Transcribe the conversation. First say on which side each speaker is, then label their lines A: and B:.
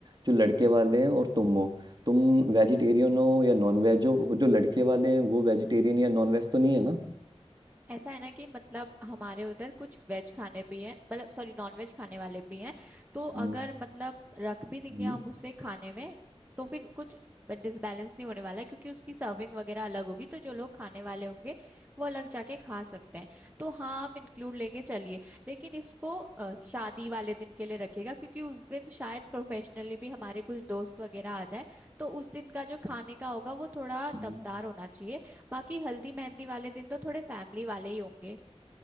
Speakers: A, on the right (about 40°); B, on the right (about 15°).
A: जो लड़के वाले हैं और तुम हो
B: हम्म।
A: तुम वेजिटेरियन हो या नॉन वेज हो वो जो लड़के वाले हैं वो वेजिटेरियन या नॉन वेज तो नहीं है ना
B: ऐसा है ना कि मतलब हमारे उधर कुछ वेज खाने भी हैं मतलब सॉरी नॉन वेज खाने वाले भी हैं तो
A: हम्म,
B: अगर मतलब रख भी देंगे
A: हम्म,
B: हम उसे खाने में तो फिर कुछ डिसबैलेंस नहीं होने वाला है, क्योंकि उसकी सर्विंग वगैरह अलग होगी तो जो लोग खाने वाले होंगे वो अलग जाके खा सकते हैं तो हाँ आप इंक्लूड लेके चलिए लेकिन इसको अ, शादी वाले दिन के लिए रखिएगा क्योंकि उस दिन शायद प्रोफेशनली भी हमारे कुछ दोस्त वगैरह आ जाए तो उस दिन का जो खाने का होगा वो थोड़ा
A: हम्म,
B: दमदार होना चाहिए बाकी हल्दी मेहंदी वाले दिन तो थोड़े फैमिली वाले ही होंगे